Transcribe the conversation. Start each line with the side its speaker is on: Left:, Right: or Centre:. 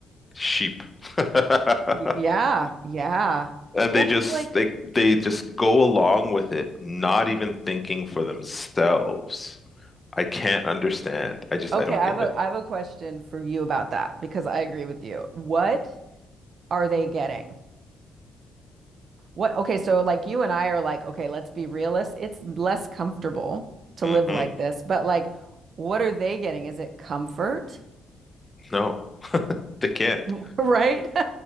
Left: sheep. <laughs>
Right: Y- Yeah, yeah.
Left: And
Right: Well,
Left: they just
Right: 'cause like,
Left: they they just go along with it, not even thinking for themselves. I can't understand. I just
Right: okay,
Left: I don't
Right: I
Left: get
Right: have a
Left: it.
Right: I have a question for you about that because I agree with you. What are they getting? What, okay, so like you and I are like, okay, let's be realists. It's less comfortable to
Left: hmm
Right: live like this, but like, what are they getting? Is it comfort?
Left: No, they can't.
Right: <laughs> Right? <laughs>